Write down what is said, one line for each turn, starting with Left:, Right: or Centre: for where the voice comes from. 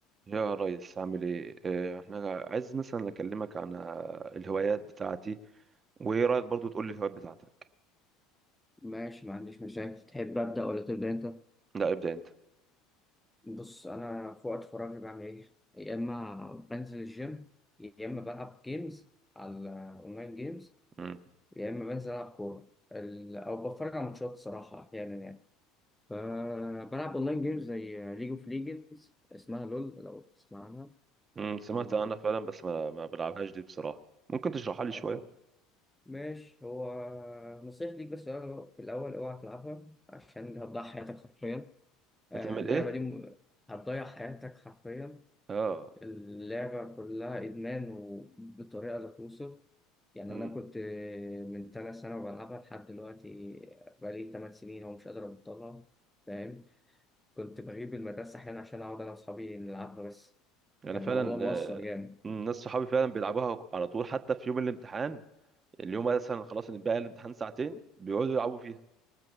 Right: يا ريس عامل ايه آه، احنا عايز مثلا اكلمك عن آه، الهوايات بتاعتي وايه رايك برضو تقول لي الهوايات بتاعتك
Centre: ماشي ما عنديش مشاكل تحب أبدأ ولا تبدأ أنت؟
Right: لا ابدا انت
Centre: بص أنا في وقت فراغي بعمل إيه؟ يا إما بنزل الجيم يا إما بلعب جيمز على أونلاين جيمز
Right: مم.
Centre: يا إما بنزل ألعب كورة ال- أو بتفرج على ماتشات صراحة أحيانا يعني فبلعب أونلاين جيمز زي ليج أوف ليجندز اسمها لول لو تسمع عنها
Right: مم، سمعت
Centre: ال-
Right: انا فعلا بس ما, ما بلعبهاش دي بصراحه ممكن تشرحها لي شويه
Centre: آه، ماشي هو نصيحتي ليك بس في الأول أوعى تلعبها عشان هتضيع حياتك حرفيا آه،
Right: هتعمل
Centre: اللعبة
Right: ايه
Centre: دي م- هتضيع حياتك حرفيا
Right: اه
Centre: اللعبة كلها إدمان وبطريقة لا توصف يعني
Right: مم.
Centre: أنا كنت من تلات سنة بلعبها لحد دلوقتي بقالي تمن سنين ومش قادر أبطلها فاهم كنت بغيب المدرسة أحيانا عشان أقعد أنا وأصحابي نلعبها بس
Right: انا
Centre: كان
Right: فعلا
Centre: الموضوع مؤثر
Right: آه،
Centre: جامد
Right: مم، ناس صحابي فعلا بيلعبوها على طول حتى في يوم الامتحان اليوم مثلا خلاص إن بقى الامتحان ساعتين بيقعدوا يلعبوا فيها